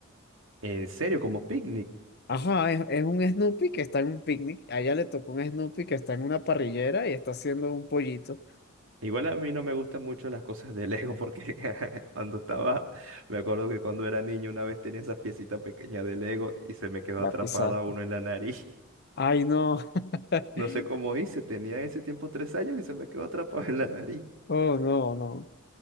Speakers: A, on the right; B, on the left.
A: En serio, como picnic.
B: Ajá, es, es un Snoopy que está en un picnic. A ella le tocó un Snoopy que está en una parrillera y está haciendo un pollito.
A: Igual a mí no me gustan mucho las cosas de Lego porque <laughs> cuando estaba, me acuerdo que cuando era niño una vez tenía esas piecitas pequeñas de Lego y se me quedó
B: La
A: atrapada
B: pisaste.
A: uno en la nariz. <laughs>
B: Ay, no. <laughs>
A: No sé cómo hice, tenía en ese tiempo tres años y se me quedó atrapado en la nariz.
B: Oh, no, no.